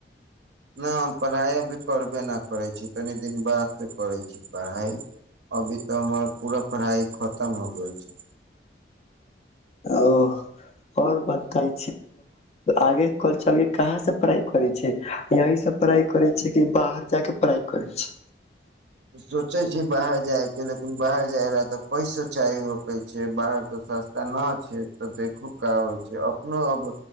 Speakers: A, on the right; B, on the left.
A: नहि पढ़ाइ अभी करबे न करैत छी कनि दिन बाद त करैत छी पढ़ाइ अभी तऽ हमर पूरा पढ़ाइ खतम हो गेल छैक
B: ओ आओर बताै आगे चल केँ कहाँ से पढ़ाइ करैत छिही यहिसे पढ़ाइ करैत छै कि बाहर जाके पढ़ाइ करैत छै
A: सोचै छै बाहर जायकेँ लेकिन बाहर जाय रह तऽ पैसो चाहि होकै छै बाहर तऽ सस्ता नहि छै तऽ देखहो का होइ छै अपनो अब